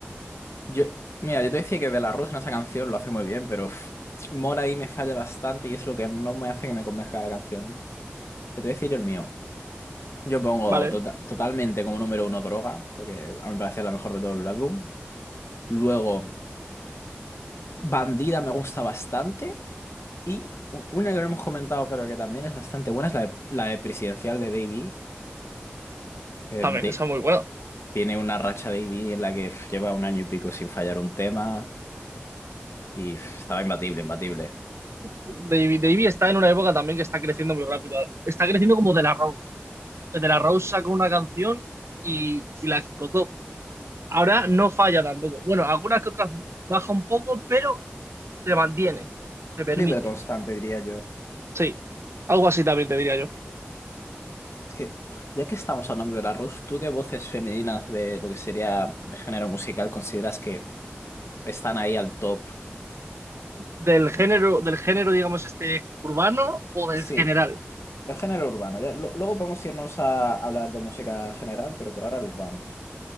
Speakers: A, on the left (about 80°); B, on the right (about 85°).
A: Yo, mira, yo te decía que De La Rosa en esa canción lo hace muy bien, pero uf, Mora ahí me falla bastante y es lo que no me hace que me convenzca la canción. ¿eh? Pero te voy a decir yo el mío. Yo pongo
B: Vale,
A: tota- totalmente como número uno Droga, porque a mi parecer es la mejor de todo el álbum. Luego, Bandida me gusta bastante. Y u- una que no hemos comentado, pero que también es bastante buena, es la de, la de Presidencial de Davey, que
B: también,
A: de-
B: esa es muy buena.
A: tiene una racha Davey en la que uf, lleva un año y pico sin fallar un tema y uf, estaba imbatible, imbatible.
B: Davey, Davey está en una época también que está creciendo muy rápido. Está creciendo como De La Rose. De La Rose sacó una canción y, y la explotó. Ahora no falla tampoco. Bueno, algunas que otras baja un poco, pero se mantiene, se permite.
A: Un nivel constante, diría yo.
B: Sí, algo así también te diría yo.
A: Es que, ya que estamos hablando de la Rus, ¿tú qué voces femeninas de lo que sería el género musical consideras que están ahí al top?
B: Del género, del género, digamos, este urbano o del
A: Sí,
B: general.
A: el género urbano. Ya, lo- luego podemos irnos a hablar de música general, pero por ahora el urbano.